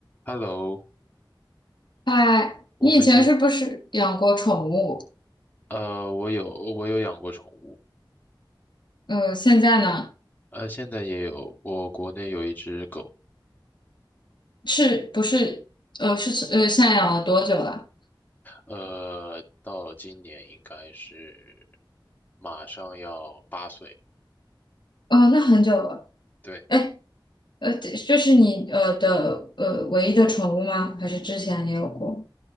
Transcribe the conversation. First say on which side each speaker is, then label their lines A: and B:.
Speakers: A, on the left; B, on the left.
A: Hello，
B: 哎，
A: 我们今
B: 你以前是不是养过宠物？
A: 呃，我有我有养过宠物，
B: 呃，现在呢？
A: 呃，现在也有，我国内有一只狗，
B: 是不是？呃，是呃，现在养了多久了？
A: 呃，到今年应该是马上要八岁。
B: 哦，那很久了。
A: 对，
B: 哎，呃，这这是你呃的呃唯一的宠物吗？还是之前也有过？